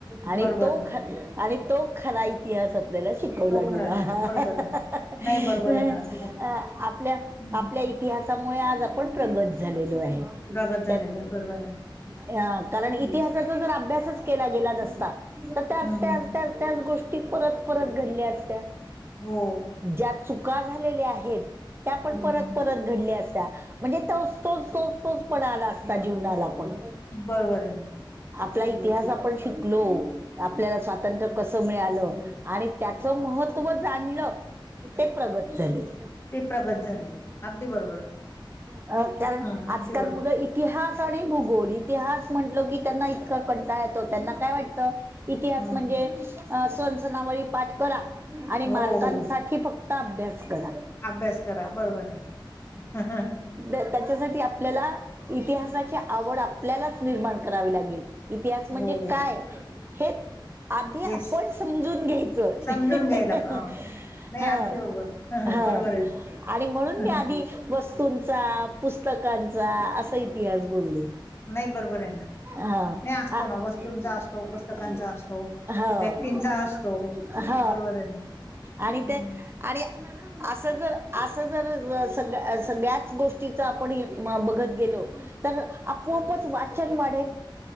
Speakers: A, on the right; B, on the left.
A: आणि
B: बरोबर
A: तो
B: आहे
A: खरा आणि तो, खरा इतिहास आपल्याला शिकवला
B: तो खरा
A: गेला.
B: घेतला बरोबर आहे.
A: <inaudible> <inaudible> हं
B: नाही बरोबर आहे ना अगदी बरोबर
A: आ आपल्या
B: हम्म
A: आपल्या त्या इतिहासामुळे आज आपण प्रगत झालेलो आहे.
B: प्रगत झालेलं
A: त्यात
B: आहे बरोबर आहे.
A: ॲ अ कारण,
B: हम्म
A: इतिहासाचा जर अभ्यासच केला गेला नसता तर, त्याचं
B: हम्म
A: त्याच
B: हम्म.
A: त्याच त्याच गोष्टी परत परत घडल्या असत्या.
B: हो.
A: ज्या चुका झालेल्या आहेत. त्या पण
B: हम्म
A: परत
B: हम्म
A: परत घडल्या असत्या म्हणजे, तो तोच तोच तोच पणा आला असता जीवनाला पण
B: बरोबर आहे ना
A: आपला इतिहास आपण शिकलो आपल्याला स्वातंत्र्य कसं मिळालं आणि त्याचं महत्त्व जाणलं ते प्रगत झाले. <inaudible>
B: ते प्रगत झालेलं आहे. अगदी बरोबर
A: अ कारण
B: हा
A: आजकाल
B: अगदी बरोबर
A: मुलं ई तिहास आणि भूगोल, इतिहास म्हटलो की, त्यांना इतका कंटाळा येतो, त्यांना काय वाटतं? इतिहास
B: हम्म
A: म्हणजे सण सनावळी पाठ करा आणि
B: हो
A: मारकांच
B: हो
A: की, फक्त अभ्यास करा.
B: अभ्यास करा बरोबर आहे. हः हं ह
A: त्त्यांच्यासाठी आपल्याला इतिहासाची, आवड आपल्यालाच निर्माण करावी लागेल. इतिहास म्हणजे
B: हो
A: काय हे, आधी आपण
B: हे
A: समजून घ्यायचंय
B: समजून
A: हः
B: घ्यायला
A: हं ह हः
B: अ, नाही
A: हं
B: अगदी बरोबर
A: ह
B: बरोबर आहे ना
A: आणि म्हणून मी
B: हं,
A: आधी
B: हं.
A: की वस्तूंचा पुस्तकांचा, असा इतिहास बोलले.
B: नाही बरोबर आहे ना
A: हा
B: नाही
A: काय?
B: असतो ना वस्तूंचा असतो
A: अ
B: पुस्तकांचा असतो
A: अ हं
B: व्यक्तींचा असतो
A: ह
B: बरोबर आहे ना
A: आणि ते,
B: हं.
A: आणि असं जर असं जरअ सगळं सगळ्याच गोष्टीचअपण एकमाप आपण बघत गेलो. तर आपोआपच वाचन वाढेल.